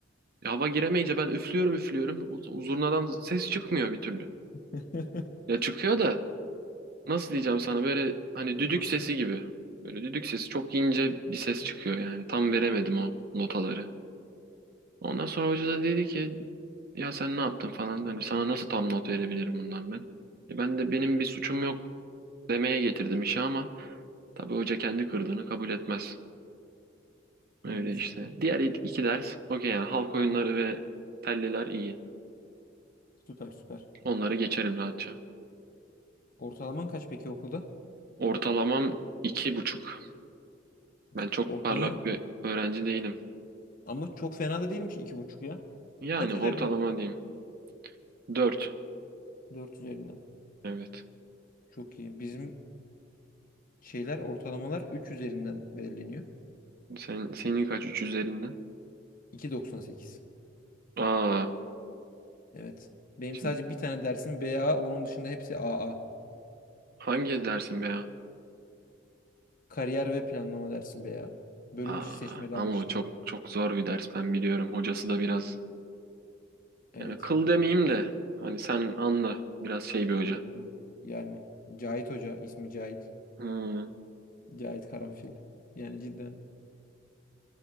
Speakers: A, on the right; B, on the left.
A: E, hava giremeyince ben üflüyorum üflüyorum. O, o zurnadan ses çıkmıyor bir türlü.
B: <laughs>
A: Ya çıkıyor da nasıl diyeceğim sana böyle hani düdük
B: Nasıl?
A: sesi gibi. Böyle düdük sesi çok ince bir ses çıkıyor yani. Tam veremedim o notaları. Ondan sonra hoca da dedi ki ya sen ne yaptın falan. Hani sana nasıl tam not verebilirim bundan ben. E, ben de benim bir suçum yok demeye getirdim işi ama tabii hoca kendi kırdığını kabul etmez. Öyle
B: Evet.
A: işte. Diğer iki ders okey yani halk oyunları ve telliler iyi.
B: Süper süper.
A: Onları geçerim rahatça.
B: Ortalaman kaç peki okulda?
A: Ortalamam iki buçuk.
B: İki
A: Ben çok
B: buçuk ortalaman
A: parlak bir öğrenci değilim.
B: Ama çok fena da değilmiş iki buçuk ya.
A: Yani
B: Kaç
A: ortalama
B: üzerinden iki buçuk
A: diyeyim. Dört.
B: dört üzerinden.
A: Evet.
B: Çok iyi. Bizim şeyler ortalamalar 3 üzerinden belirleniyor.
A: Sen, senin kaç? Üç üzerinden?
B: iki doksan sekiz
A: Aa.
B: Evet. Benim
A: Şimdi
B: sadece bir tane dersim BA. Onun dışında hepsi AA.
A: hangi dersin be ya?
B: Kariyer ve planlama dersim BA. Bölüm
A: Aa,
B: dışı seçmeli
A: ama
B: almıştım.
A: o çok çok zor bir ders ben biliyorum. Hocası da biraz
B: Evet.
A: yani kıl demeyeyim de hani sen anla biraz şey bir hoca.
B: Evet, evet. Yani Cahit Hoca. ismi Cahit.
A: Hmm.
B: Cahit Karanfil. Yani cidden.